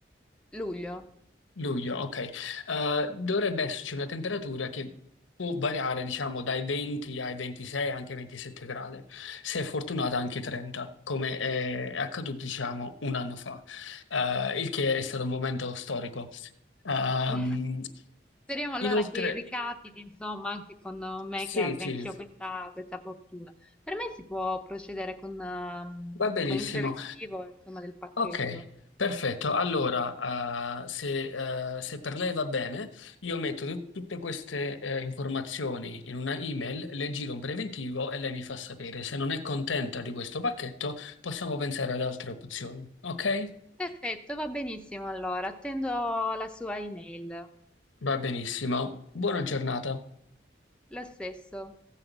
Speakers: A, in the centre; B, on the left.
A: luglio?
B: luglio, ok, eh, dovrebbe esserci una temperatura che può variare, diciamo, dai 20 ai 26, anche 27 gradi, se è fortunata anche 30, come è accaduto, diciamo, un anno fa, eh, il che è stato un momento storico. Ehm,
A: <laughs> Speriamo allora
B: inoltre,
A: che ricapiti, insomma, anche con me
B: sì,
A: che abbia
B: sì,
A: anch'io questa, questa fortuna. Per me si può procedere con, ehm,
B: va benissimo.
A: con il preventivo, insomma, del pacchetto.
B: Ok, perfetto. Allora, eh, se, eh, se per lei va bene, io metto tut- tutte queste eh, informazioni in una email, le giro un preventivo e lei mi fa sapere. Se non è contenta di questo pacchetto, possiamo pensare ad altre opzioni. Ok?
A: Perfetto, va benissimo allora, attendo la sua email.
B: Va benissimo. Buona giornata.
A: Lo stesso.